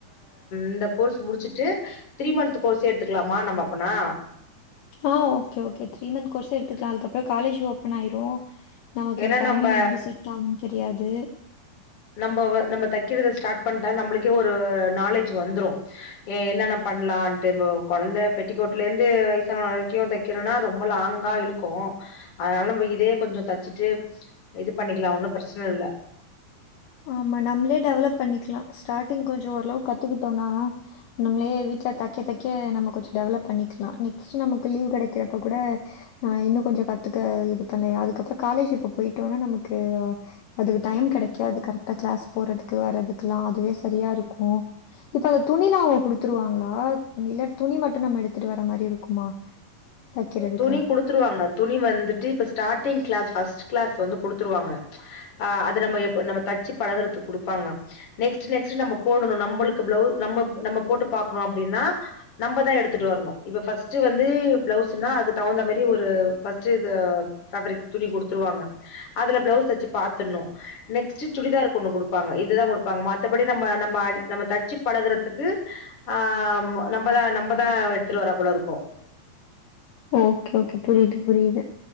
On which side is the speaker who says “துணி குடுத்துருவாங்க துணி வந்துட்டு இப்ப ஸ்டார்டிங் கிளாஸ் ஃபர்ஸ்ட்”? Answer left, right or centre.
Left